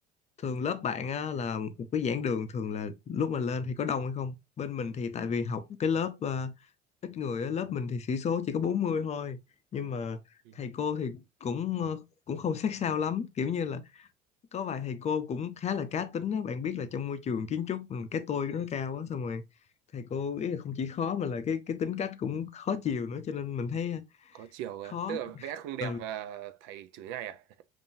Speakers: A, on the left (about 35°); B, on the right (about 75°).
A: thường lớp bạn á, là một cái giảng đường thường là lúc mà lên thì có đông hay không bên mình thì tại vì học cái lớp ờ, ít người á, lớp mình thì sĩ số chỉ có 40 thôi nhưng mà
B: Ừ.
A: thầy cô thì cũng ờ, cũng không sát sao lắm kiểu như là có vài thầy cô cũng khá là cá tính á bạn biết là trong môi trường kiến trúc ừ, cái tôi nó cao á xong rồi thầy cô ý là không chỉ khó mà là cái cái tính cách cũng khó chiều nữa cho nên mình thấy ờ,
B: có chiều cơ
A: khó
B: tức là vẽ không đẹp
A: ừ
B: và thầy chửi ngay à